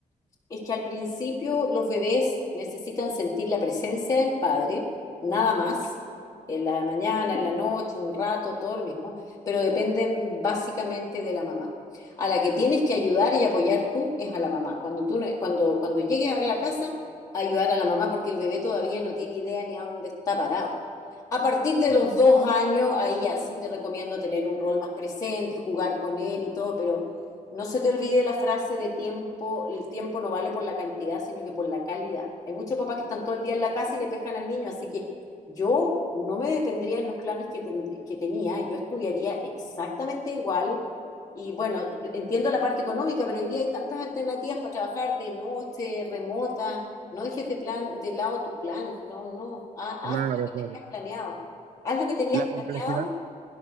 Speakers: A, on the left; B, on the right.
A: Es que al principio los bebés necesitan sentir la presencia del padre, nada más, en la mañana, en la noche, un rato, todo lo mismo, pero dependen básicamente de la mamá. A la que tienes que ayudar y apoyar tú es a la mamá. Cuando tú, no- cuando, cuando llegues a la casa, ayudar a la mamá porque el bebé todavía no tiene idea ni a dónde está parado. A partir de
B: Claro,
A: los dos años, ahí ya sí te recomiendo tener un rol más presente, jugar con él y todo, pero no se te olvide la frase de tiempo, el tiempo no vale por la cantidad, sino que por la calidad. Hay muchos papás que están todo el día en la casa y le pescan al niño, así que yo no me detendría en los planes que, ten- que tenía, yo estudiaría exactamente igual. Y bueno, entiendo la parte económica, pero hoy día hay tantas alternativas para trabajar de noche, remota. No dejes de, plan, de lado tu plan, no, no. Ha-
B: claro.
A: Haz, lo que
B: claro.
A: tenías planeado. Haz lo que tenías
B: La complejidad.
A: planeado.